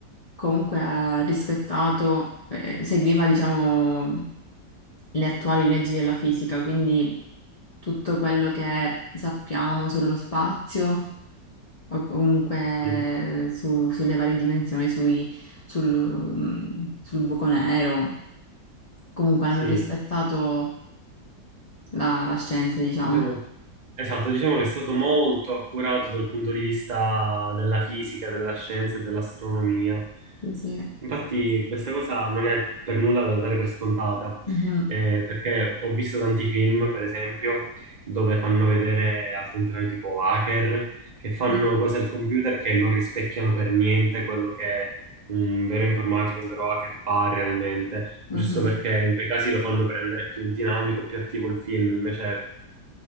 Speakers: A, on the left (about 55°); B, on the right (about 35°).
A: comunque ha rispettato, eh, seguiva, diciamo, le attuali leggi della fisica, quindi tutto quello che sappiamo sullo spazio. o comunque
B: Sì,
A: su- sulle varie dimensioni, sui- sul, mm, sul buco nero. Comunque hanno
B: sì,
A: rispettato
B: sì. sì.
A: la, la scienza, diciamo.
B: Diciamo, esatto, diciamo che è stato molto accurato dal punto di vista della fisica, della scienza e dell'astronomia.
A: Sì, sì.
B: Infatti, questa cosa non è per nulla da dare per scontata,
A: Mhm.
B: eh, perché ho visto tanti film, per esempio, dove fanno vedere al contrario tipo hacker, che fanno
A: Mm.
B: cose al computer che non rispecchiano per niente quello che un vero informatico, un vero hacker fa realmente
A: Mhm.
B: giusto perché in quei casi lo fanno per rendere più dinamico, più attivo il film, invece